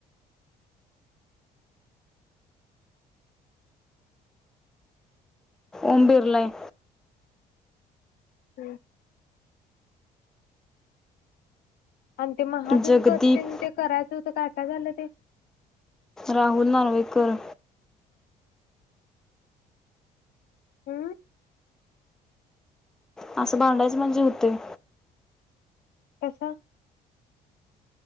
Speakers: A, in the centre; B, on the left.
A: ओमबिरलाय
B: हम् आणि ते महाजन
A: जगदीप
B: पत्तीन ते करायचं होतं काय? काय झालं ते?
A: राहुल नार्वेकर.
B: हम
A: असं भांडायच म्हणजे होतयं.
B: कसं?